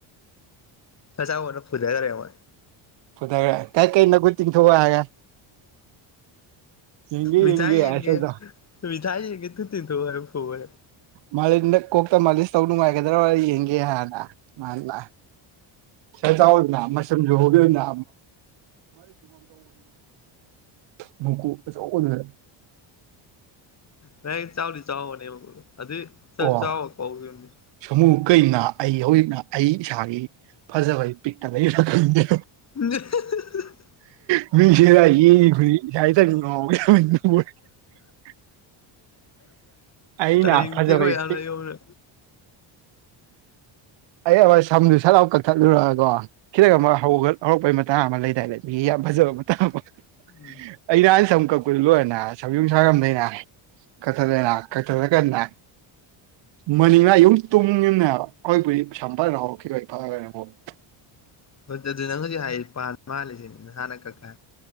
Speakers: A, on the left; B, on the right.
A: ꯁꯔ ꯆꯥꯎꯅ ꯐꯗꯒꯔꯦ ꯃꯣꯏ
B: ꯐꯨꯙꯒ꯭ꯔꯦ ꯀꯥꯏ ꯀꯩ ꯅꯈꯨꯠ ꯇꯤꯡꯊꯣꯛꯎ ꯍꯥꯏꯒ ꯌꯦꯡꯒꯦ
A: ꯃꯤꯊꯥꯏ
B: ꯌꯦꯡꯒꯦ
A: ꯌꯦꯟꯒꯦ
B: ꯑꯦꯁꯦꯗ
A: ꯃꯤꯊꯥꯏ ꯌꯦꯟꯒꯦ ꯈꯨꯠ ꯇꯤꯡꯊꯣꯛꯑꯣ ꯍꯥꯢꯔ ꯐꯨꯕ
B: ꯃꯥꯂꯦꯝꯗ ꯀꯣꯛꯇ ꯃꯥꯂꯤꯁ ꯇꯧ ꯅꯨꯡꯉꯥꯏꯒꯗ꯭ꯔ ꯌꯦꯡꯒꯦ ꯍꯥꯟꯅ ꯃꯥꯅ ꯁꯔ ꯆꯥꯎꯕꯅ ꯃꯁꯝꯖꯨ ꯍꯧ ꯑꯗꯨꯅ <unintelligible> ꯃꯀꯣꯛ ꯑꯆꯧꯕꯗꯨꯗ
A: ꯗꯥꯢꯔꯦꯛ ꯆꯥꯎꯗꯤ ꯆꯥꯎꯕꯅꯦ ꯃꯀꯣꯛꯇꯣ <unintelligible>
B: ꯑꯣ ꯁꯃꯨ ꯀꯩꯅ ꯑꯩ ꯍꯧꯖꯤꯛꯅ ꯑꯩ ꯏꯁꯥꯒꯤ ꯐꯖꯕ ꯄꯤꯛꯇ ꯂꯩꯕ ꯈꯥꯟꯗꯦ
A: <unintelligible>
B: <unintelligible> ꯑꯩꯩꯅ
A: ꯇꯥꯅꯤꯡꯇꯦꯀꯣ
B: ꯐꯖꯕꯩ
A: ꯌꯥꯝꯅ
B: ꯇꯤꯛ
A: ꯌꯧꯅ
B: ꯑꯩ ꯑꯃ ꯁꯝꯗꯨ ꯁꯠꯂꯥꯎ ꯀꯛꯊꯠꯂꯨꯔꯒꯣ ꯈꯤꯇꯪ ꯑꯃ ꯍꯧ ꯍꯧꯔꯛꯄꯒꯤ ꯃꯇꯥꯡ ꯑꯃ ꯂꯩꯗꯥꯏ ꯂꯩ ꯃꯤꯒꯤ ꯐꯖꯕ ꯃꯇꯥꯡ ꯑꯃ
A: ꯎꯝ
B: ꯑꯩ ꯅꯍꯥꯟ ꯁꯝ ꯀꯛꯄꯨ ꯂꯣꯏꯔꯅ ꯁꯝꯖꯝ ꯁꯥꯔꯝꯗꯅ ꯀꯛꯊꯠꯂꯦꯅ ꯀꯛꯊꯠꯂ ꯀꯥꯟꯗ ꯃꯅꯤꯡꯅ ꯌꯨꯝ ꯇꯨꯡꯉꯅꯦ ꯍꯥꯏꯕ ꯑꯩꯈꯣꯏꯕꯨ ꯄꯩꯁꯥꯝ <unintelligible>
A: <unintelligible> ꯍꯥꯏꯔꯤ ꯄꯥꯟ ꯃꯥꯜꯂꯤꯁꯤꯅꯦ ꯅꯍꯥꯟꯅ ꯀꯛꯄ